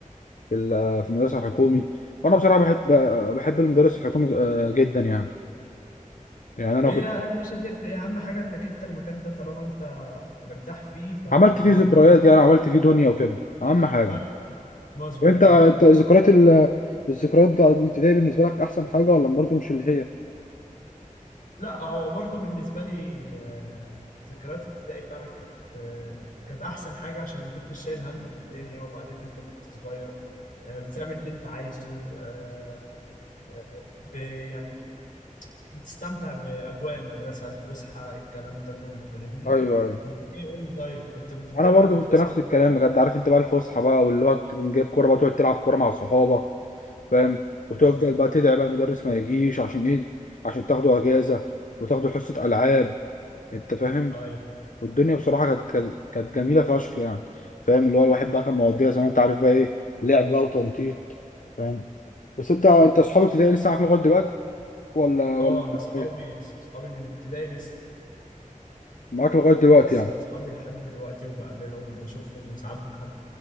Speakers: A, on the left; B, on the left.
A: في ال- في المدرسه الحكومي وانا بصراحه بحب بحب المدرس الحكومي آه، جدا يعني يعني انا
B: هي
A: كنت
B: مش هتفرق اهم حاجه انك انت المكان ده طالما انت مرتاح فيه فخلاص
A: عملت فيه ذكريات يعني عملت فيه دنيا وكده اهم حاجه
B: ايوه مظبوط
A: وانت انت
B: الله
A: الذكريات ال- الذكريات بتاعت الابتدائي بالنسبه لك احسن حاجه ولا برضه مش اللي هي
B: لا هو برضو بالنسبة لي آه، ذكريات ابتدائي فعلا كانت آه، كانت أحسن حاجة عشان ما كنتش شايل هم للدنيا وبعدين أنت كنت صغير آه، بتعمل اللي أنت عايزه آه، آه، ب- يعني بتستمتع بأجواء المدرسة الفسحة الكلام ده كله فاهمني؟
A: ايوه ايوه
B: أنت إيه قول لي طيب أنت كنت بتعمل
A: انا برضه
B: إيه في الفسحة؟
A: كنت نفس الكلام بجد عارف انت بقى الفسحه بقى واللي هو تكون جايب كوره بقى تقعد تلعب كوره مع صحابك فاهم وتفضل
B: أه
A: بقى تدعي بقى المدرس ما يجيش عشان ايه عشان تاخدوا اجازه وتاخدوا حصه العاب انت فاهم
B: أيوه
A: والدنيا بصراحه كانت كانت كانت جميله فشخ يعني فاهم اللي هو الواحد بقى كان مواضيع زي ما انت عارف بقى ايه لعب بقى وتنطيط فاهم بس انت انت اصحاب ابتدائي لسه معاك لغايه دلوقتي ولا ولا
B: أه أنا أصحابي
A: إيه؟
B: أصحابي من ابتدائي لسه
A: معاك لغايه دلوقتي يعني
B: أصحابي لحد دلوقتي وبقابلهم وبشوفهم وساعات بنعدي